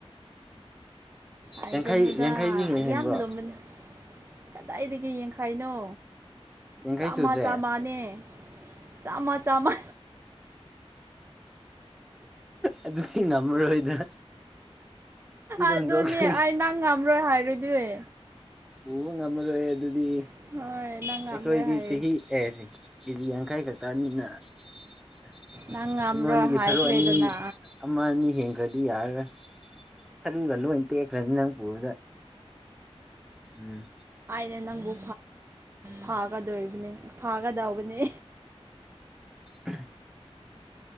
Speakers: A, on the right (about 20°); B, in the centre.
A: ꯑꯩ
B: ꯌꯥꯡꯈꯩ
A: ꯀꯩꯅꯣꯗ
B: ꯌꯥꯡꯈꯩꯗꯤ ꯍꯨꯡ ꯍꯦꯟꯕ꯭ꯔꯣ
A: ꯌꯥꯝ ꯂꯨꯝꯕꯅꯤ ꯀꯗꯥꯏꯗꯒꯤ ꯌꯦꯡꯈꯥꯏꯅꯣ
B: ꯌꯥꯡꯈꯩ
A: ꯆꯥꯃ
B: ꯁꯨꯗ꯭ꯔꯦ
A: ꯆꯥꯃꯅꯦ ꯆꯥꯃ ꯆꯥꯃ
B: ꯑꯗꯨ ꯁꯤ ꯅꯝꯕꯔꯣ ꯏꯗ
A: ꯑꯗꯨꯅꯦ
B: ꯍꯨꯟꯗꯣꯛꯈ꯭ꯔꯒꯦ
A: ꯑꯩ ꯅꯪ ꯉꯝꯔꯣꯏ ꯍꯥꯏꯔꯨꯗꯤꯅꯦ
B: ꯄꯨꯕ ꯉꯝꯃꯔꯣꯏ ꯑꯗꯨꯗꯤ
A: ꯍꯣꯏ ꯅꯪ ꯉꯝꯔꯣꯏ
B: ꯑꯩꯈꯣꯏꯗꯤ
A: ꯍꯥꯏ
B: ꯆꯍꯤꯤ ꯑꯦꯁꯤꯦ ꯀꯦꯖꯤ ꯌꯥꯡꯈꯩ ꯈꯛꯇ ꯅꯨꯠꯅ ꯑꯩꯉꯣꯟꯗꯒꯤ
A: ꯅꯪ ꯉꯝꯔꯣꯏ ꯍꯥꯏꯈ꯭ꯔꯦꯗꯅ
B: ꯁꯔꯨꯛ ꯑꯅꯤ ꯑꯃ ꯑꯅꯤ ꯍꯦꯟꯈ꯭ꯔꯗꯤ ꯌꯥꯔꯔ ꯈꯔꯤꯒꯂꯣꯇꯈ꯭ꯔꯅꯤ ꯅꯪ ꯀꯗ ꯎꯝ
A: ꯑꯦ ꯅꯪꯕꯨ ꯐꯥꯒꯗꯣꯏꯕꯅꯦ ꯐꯥꯒꯗꯧꯕꯅꯦ
B: ꯎ